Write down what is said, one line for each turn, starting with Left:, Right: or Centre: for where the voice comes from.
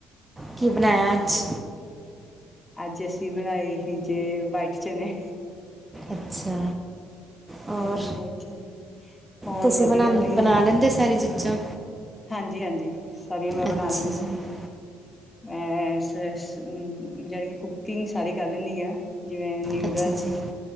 Right: ਕੀ ਬਣਾਇਆ ਅੱਜ।
Left: ਅੱਜ ਅਸੀਂ ਬਣਾਈ ਸੀ ਜੇ, ਵਾਈਟ ਚਨੇ।
Right: ਅੱਛਾ। ਹੋਰ
Left: ਹਾਂਜੀ ਵਾਈਟ ਚਨੇ ਹੋਰ
Right: ਤੁਸੀਂ
Left: ਵਧੀਆ
Right: ਬਣਾ,
Left: ਤੁਸੀਂ
Right: ਬਣਾ ਲੈਂਦੇ ਸਾਰੀ ਚੀਜ਼ਾਂ।
Left: ਹਾਂਜੀ -ਹਾਂਜੀ ਸਾਰਿਆਂ ਮੈਂ ਬਣਾ
Right: ਅੱਛਾ
Left: ਲੈਂਦੀ
Right: ਜੀ
Left: ਹ। ਐ ਅੱਛਾ-ਅੱਛਾ। ਜਾਣੀ ਕਿ ਕੁਕਿੰਗ ਸਾਰੀ ਗੱਲ ਨੀ ਆ। ਜਿਵੇਂ ਨਿਊਡਲਸ
Right: ਅੱਛਾ ਜੀ